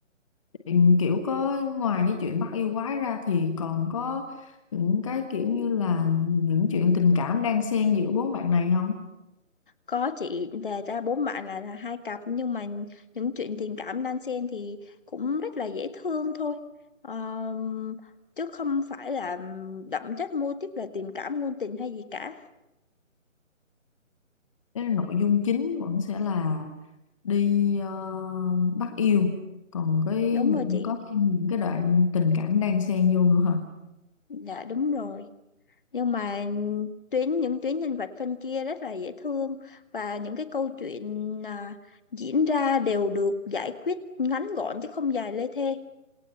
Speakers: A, on the left; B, on the left.
A: Ừ, Kiểu có ngoài cái chuyện bắt yêu quái ra thì còn có những cái kiểu như là những chuyện tình cảm đang xen giữa bốn bạn này không?
B: Có chị đề ra bốn bạn là, là hai cặp nhưng mà những chuyện tình cảm đan xen thì cũng rất là dễ thương thôi. Ờm, chứ không phải là đậm chất mô típ là tình cảm ngôn tình hay gì cả.
A: Cái nội dung chính vẫn sẽ là đi ờ, bắt yêu. Còn cái
B: Đúng
A: những
B: rồi chị.
A: có thêm những cái đoạn tình cảm đang xen vô nữa hả?
B: Dạ đúng rồi. nhưng mà tuyến những tuyến nhân vật phân chia rất là dễ thương và những cái câu chuyện à, diễn ra đều được giải quyết ngắn gọn chứ không dài lê thê